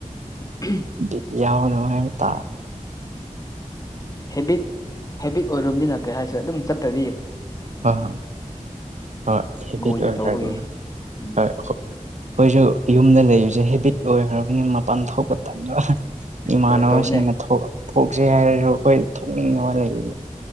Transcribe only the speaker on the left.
ꯎꯝ
ꯍꯦꯕꯤꯠ ꯍꯦꯕꯤꯠ ꯑꯣꯏꯔꯣꯝꯗꯤꯅ ꯀꯩ ꯍꯥꯏꯁꯦ ꯑꯗꯨꯝ ꯆꯠꯇꯗꯤ
ꯀꯣꯏꯅ
ꯇꯧꯕꯒꯤ
ꯎꯝ
ꯍꯣꯏ ꯇꯧꯕꯅꯦ